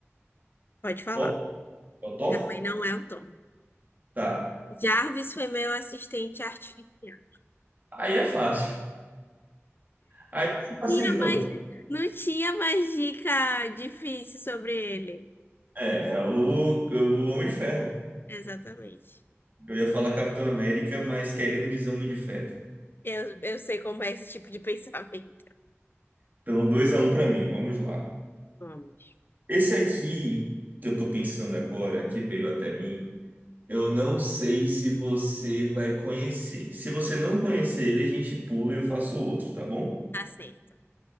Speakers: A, on the left; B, on the right.
A: Pode falar.
B: Thor, É o Thor?
A: Também não é o Tom.
B: Tá.
A: Jarvis foi meu assistente artificial.
B: Aí é fácil. Aí você facilita.
A: Tinha mais,
B: muito.
A: não tinha mais dica difícil sobre ele.
B: É, é o, o Homem de Ferro.
A: Exatamente.
B: Eu ia falar Capitão América, mas querendo dizer Homem de Ferro.
A: Eu, eu sei como é esse tipo de pensamento.
B: Então, 2 a um para mim, vamos lá.
A: Vamos.
B: Esse aqui que eu tô pensando agora, que veio até mim, eu não sei se você vai conhecer. Se você não conhecer ele, a gente pula e eu faço outro, tá bom?
A: Aceito.